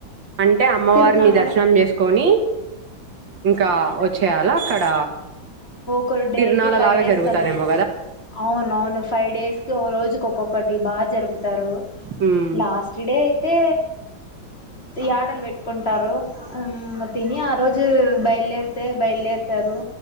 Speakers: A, on the right (about 65°); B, on the left (about 30°).
A: అంటే అమ్మవారిని
B: తిరునాల
A: దర్శనం చేసుకొని ఇంకా వచ్చేయాలా అక్కడ
B: కొర్ డే
A: తిరునాల
B: కి ఫైవ్
A: లాగా
B: డేస్
A: జరుగుతదేమో
B: కదా అవునవును ఫైవ్ డేస్ కి ఓ రోజుకి ఒక్కొక్కటి బాగా జరుపుతారు
A: ఉమ్
B: లాస్ట్ డే అయితే యాటలు పెట్టు కుంటారు తిని ఆ రోజు బయలుదేరితే బయలుదేరుతారు